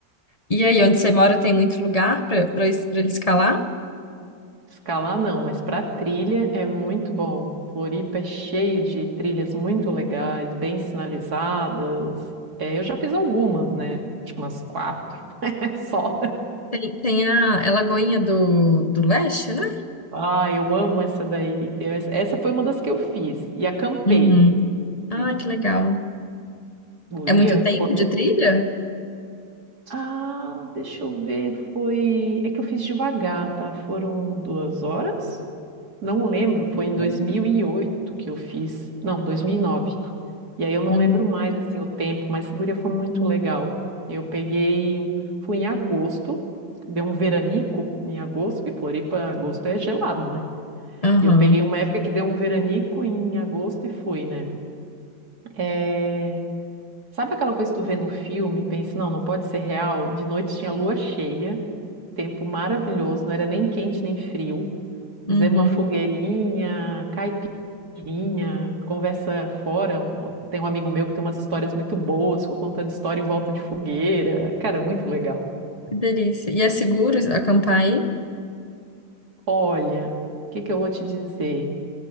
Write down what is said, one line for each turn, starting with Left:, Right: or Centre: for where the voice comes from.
Left: E aí, onde você mora tem muito lugar para para ele escalar?
Right: Escalar não, mas para trilha é muito bom. Floripa é cheio de trilhas muito legais, bem sinalizadas. É, eu já fiz algumas, né? Acho que umas quatro, <laughs> só.
Left: Tem, tem a, é Lagoinha do, do Leste, né?
Right: Ah, eu amo essa daí. Eu- essa essa foi uma das que eu fiz. E acampei.
Left: Uhum. Ah,
Right: Sim.
Left: que legal.
Right: Guria,
Left: É muito tempo
Right: quando
Left: de trilha?
Right: Ah, deixa eu ver, foi. É que eu fiz devagar, tá? Foram duas horas? Não lembro, foi em 2008
Left: Uhum.
Right: que eu fiz. Não, 2009. E nove. E aí eu não
Left: Uhum.
Right: lembro mais, assim, o tempo, mas, guria, foi muito legal. Eu peguei. Fui em agosto, deu um veranico em agosto, porque Floripa, agosto é gelado, né?
Left: Aham.
Right: E eu peguei uma época que deu um veranico em agosto e fui, né? É, Sabe aquela coisa que tu vê no filme, e pensa, não, não pode ser real? De noite tinha lua cheia tempo maravilhoso, não era nem quente nem frio.
Left: Uhum.
Right: Fizemos uma fogueirinha, caipirinha, conversa fora. Tem um amigo meu que tem umas histórias muito boas, ficou contando história em volta de fogueira. Cara, muito legal.
Left: Que delícia. E é seguro acampar aí?
Right: Olha, o que que eu vou te dizer?